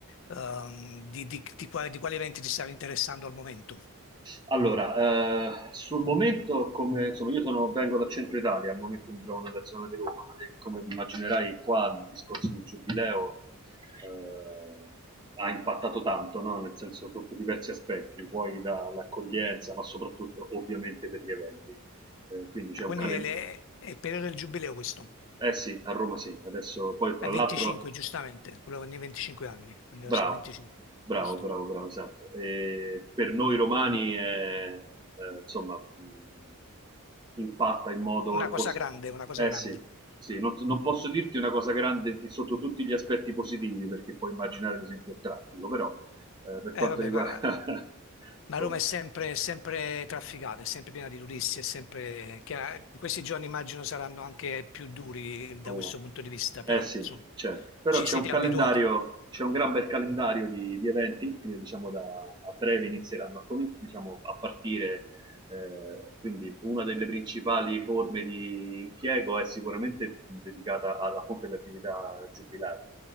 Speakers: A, on the left (about 60°); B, on the right (about 20°).
A: ehm, di, di- di qua- di quali eventi ti stavi interessando al momento.
B: Allora, eh, sul momento, come insomma, io sono, vengo dal centro Italia, al momento mi trovo nella zona di Roma e come immaginerai qua il discorso del giubileo eh, ha impattato tanto, no? Nel senso sotto diversi aspetti, vuoi dall'accoglienza, ma soprattutto ovviamente per gli eventi. Eh, quindi c'è
A: Ah, quindi
B: un calendario.
A: è, le- è il periodo del giubileo questo.
B: Eh sì, a Roma sì, adesso poi tra
A: È 25,
B: l'altro
A: giustamente, quello ogni 25 anni, quindi
B: Bravo,
A: deve essere 25,
B: bravo,
A: giusto.
B: bravo, bravo, esatto. E per noi romani è, eh, insomma, mh, impatta in modo...
A: Una cosa
B: pos-
A: grande, una cosa
B: eh
A: grande.
B: sì, sì, non, non posso dirti una cosa grande sotto tutti gli aspetti positivi, perché puoi immaginare ad esempio il traffico, però eh, per quanto
A: Eh, vabbè,
B: riguarda...
A: va-
B: <laughs>
A: ma
B: insomma,
A: Roma è sempre, è sempre trafficata, è sempre piena di turisti, è sempre... chiara- in questi giorni immagino saranno anche più duri da
B: Roma.
A: questo punto di vista,
B: Eh
A: però
B: sì,
A: insomma,
B: certo. Però
A: ci
B: c'è
A: siete
B: un calendario,
A: abituati.
B: c'è un gran bel calendario di, di eventi, eh, diciamo da a breve inizieranno a, comin- diciamo, a partire Eh, quindi una delle principali forme di impiego è sicuramente dedicata alla fonte delle attività giubilari.